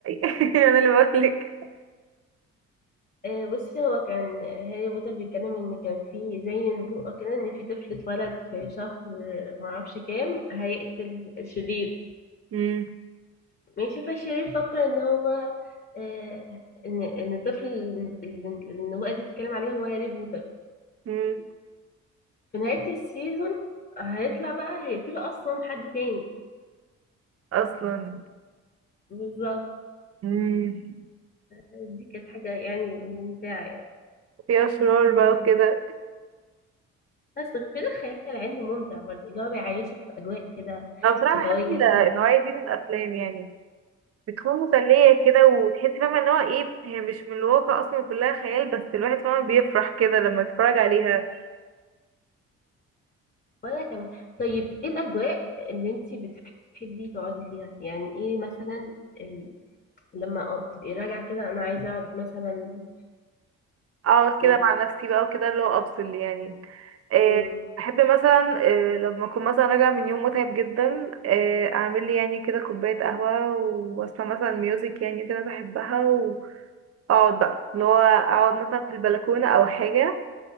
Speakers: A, on the right; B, on the left.
A: احرقي <laughs> انا اللي بقولك
B: آه، بصي هو كان هاري بوتر بيتكلم ان كان في زي نبوءة كده ان في طفل اتولد في شهر آه، معرفش كام هيقتل الشرير
A: مم.
B: ماشي فالشرير يفكر ان هو آه، ان ان الطفل اللي اللي النبوءة دي بتتكلم عليه هو هاري بوتر
A: مم.
B: في نهاية السيزون هيطلع بقى هيقتله اصلا حد تاني
A: اصلا
B: بالظبط
A: مم.
B: دي كانت حاجة يعني ممتعة يعني
A: في اشرار بقى وكده
B: بس غير الخيال العلمي ممتع برضه اللي هو بيعيشك في اجواء كده
A: انا بصراحه
B: شتوية
A: بحب ال-
B: لذيذة.
A: النوعيه دي من الافلام يعني بتكون مسلية كده وتحس فاهمة ان هو ايه هي مش من الواقع اصلا كلها خيال بس الواحد فاهمة بيفرح كده لما يتفرج عليها
B: وانا كمان طيب ايه الاجواء اللي انتي بتحبي تقعدي فيها يعني ايه مثلا ال... لما أقعد- تبقي راجعة كده انا عايزة اقعد مثلا
A: اقعد
B: في
A: كده مع نفسي بقى وكده اللي هو افصل يعني آه،
B: مم.
A: احب مثلا آه، لما اكون مثلا راجعة من يوم متعب جدا آه، اعمل لي يعني كده كوباية قهوة واسمع مثلا ميوزك يعني كده بحبها واقعد بقى اللي هو اقعد مثلا في البلكونة او حاجة